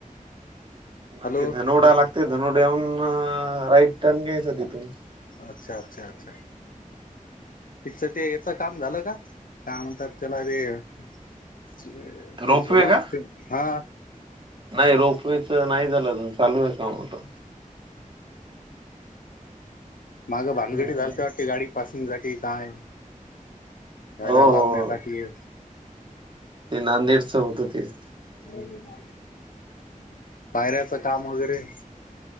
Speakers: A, on the left; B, on the right.
A: हॅलो
B: पुन्हा ते धनोडा लागते धनोड्यावरून आ राईट टर्न घ्यायचा तिथून.
A: अच्छा अच्छा अच्छा! तिचं ते ह्याच्या काम झालं का काय म्हणतात त्याला रे <inaudible> ते
B: रोपवे
A: झुला
B: का
A: असतील हा.
B: नाही रोपवेचा नाही झालं अजून चालू आहे काम आता.
A: मागं भानगडी
B: हम्म
A: झालते वाटते गाडी पासून साठी काय गाड्या
B: हो
A: लावण्यासाठी
B: हो ते नांदेडचा होता तेच.
A: हम्म पाहिऱ्याचा काम वगैरे